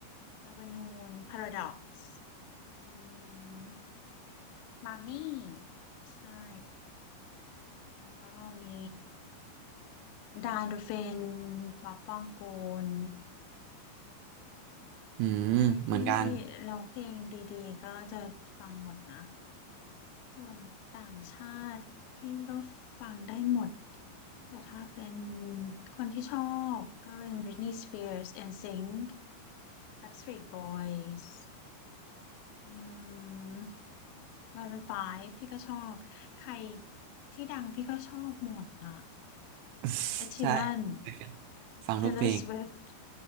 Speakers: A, on the left; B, on the right.
A: ลาบานูน Paradox อืมมามี่ใช่แล้วก็มีดานดูเฟนป๊อปปองกูล
B: อืมเหมือนกัน
A: ใครที่ร้องเพลงดีๆก็จะฟังหมดนะส่วนต่างชาติพี่ก็ฟังได้หมดแต่ถ้าเป็นคนที่ชอบก็เป็น Britney Spears NSYNC Backstreet Boys อืม Maroon ไฟว์พี่ก็ชอบใครที่ดังพี่ก็ชอบหมดน่ะ
B: <laughs>
A: Ed Sheeran
B: ใช่ <laughs> ฟังทุกเพลง
A: Taylor Swift